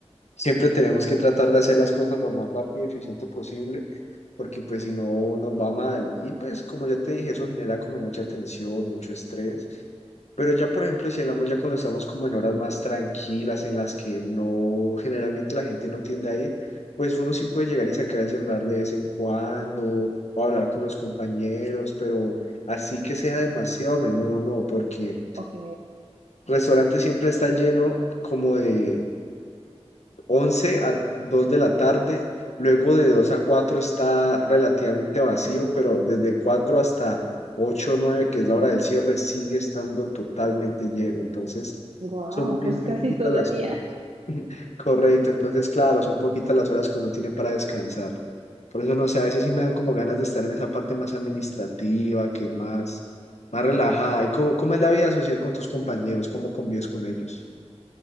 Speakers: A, on the left; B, on the right.
A: Siempre tenemos que tratar de hacer las cosas lo más rápido y eficiente posible, porque pues si no nos va mal. Y pues como ya te dije, eso genera como mucha tensión, mucho estrés. Pero ya por ejemplo, si hablamos ya cuando estamos como en horas más tranquilas, en las que no, generalmente la gente no tiende a ir, pues uno sí puede llegar y sacar el celular de vez en cuando o hablar con los compañeros, pero así que sea demasiado a menudo, no, porque
B: Ok,
A: restaurante siempre está lleno como de 11 a 2 de la tarde. Luego de 2 a 4 está relativamente vacío, pero desde 4 hasta 8 o 9, que es la hora del cierre, sigue estando totalmente lleno. Entonces,
B: wow,
A: son bien
B: pues
A: poquitas
B: casi todo
A: las
B: el día.
A: horas. <laughs> Correcto, entonces, claro, son poquitas las horas que uno tiene para descansar. Por eso, no sé, a veces sí me dan como ganas de estar en esa parte más administrativa, que es más, más relajada. ¿Y cómo, cómo es la vida social con tus compañeros? ¿Cómo convives con ellos?